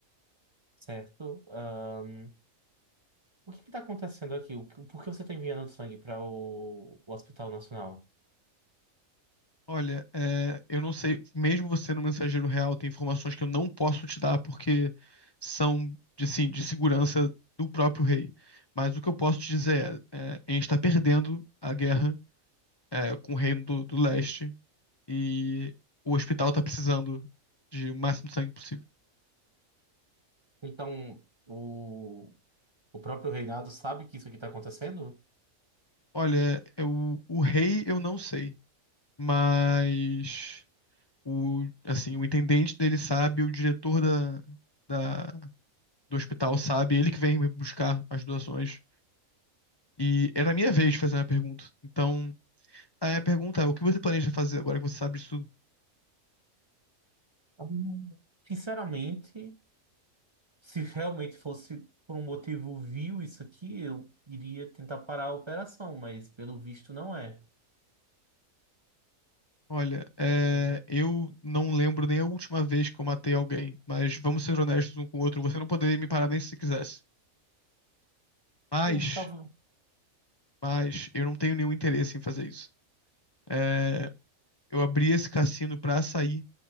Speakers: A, on the right; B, on the left.
A: certo. Ahn, o que que tá acontecendo aqui? O que- Por que você tá enviando sangue para o o Hospital Nacional?
B: Olha, é, eu não sei, mesmo você no mensageiro real, tem informações que eu não posso te dar porque são, de, assim, de segurança do próprio rei. Mas o que eu posso te dizer é, é, a gente está perdendo a guerra é, com o reino do, do leste e o hospital está precisando de o máximo de sangue possível.
A: Então, o, o próprio reinado sabe que isso aqui está acontecendo?
B: Olha, eu, o rei eu não sei, mas o, assim, o intendente dele sabe, o diretor da, da- do hospital sabe, ele que vem me buscar as doações. E era a minha vez de fazer uma pergunta. Então, a pergunta é: o que você planeja fazer agora que você sabe disso tudo?
A: Hum, Sinceramente, se realmente fosse por um motivo vil isso aqui, eu iria tentar parar a operação, mas pelo visto não é.
B: Olha, é,
A: Então,
B: eu não lembro nem a última vez que eu matei alguém, mas vamos ser honestos um com o outro, você não poderia me parar nem se você quisesse. Mas,
A: hum, tava-
B: mas, eu não tenho nenhum interesse em fazer isso. É, eu abri esse cassino pra sair